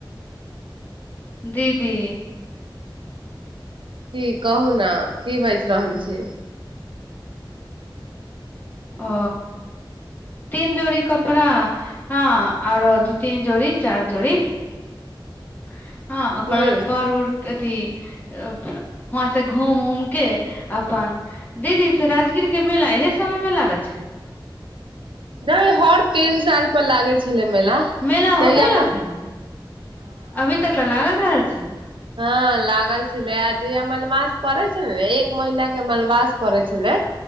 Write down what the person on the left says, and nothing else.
दीदी
ओ तीन जोड़ कपड़ा हँ आरो दू तीन जोड़ चारि जोड़ <unintelligible> हँ ओकर
बाद पर उर अथी वहाँ से घूम उम के अपन दीदी से राजगीर के मेला इहे समय मे लाग <unintelligible>
मेला होतै
अखनी अभी तक तऽ लागल रहल छै